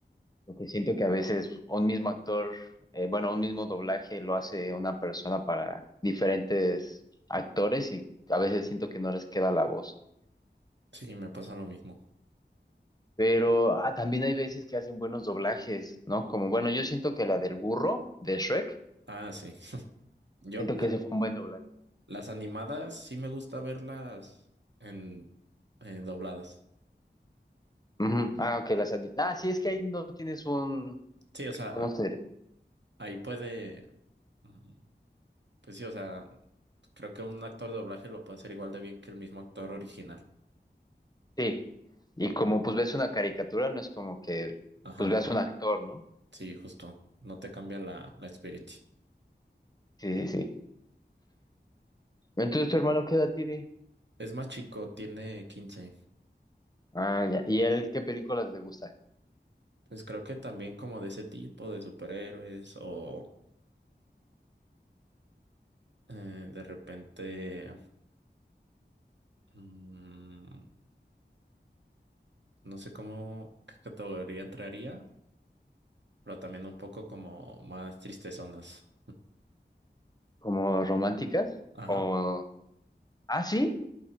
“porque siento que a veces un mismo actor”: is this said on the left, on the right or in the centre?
Left